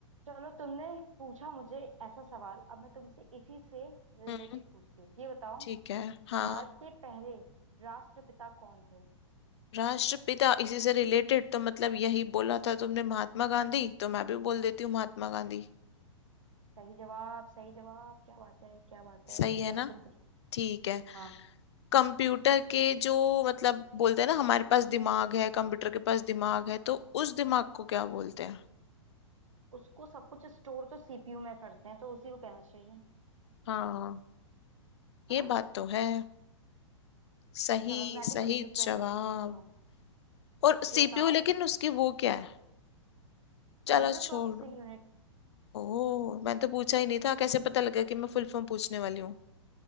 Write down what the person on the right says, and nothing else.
चलो तुमने पूछा मुझे ऐसा सवाल अब मैं तुमसे इसी से रिलेटेड
पूछती हूँ ये बताओ
भारत के पहले राष्ट्रपिता कौन थे
सही जवाब सही जवाब क्या बात है क्या बात
है
चलो
तुम पूछो
हाँ
उसको सब कुछ स्टोर तो सीपीयू में करते हैं तो उसी को कहना चाहिए है
ना
चलो मैं
भी कंप्यूटर
से पूछती हूँ
ये बताओ
central
processing unit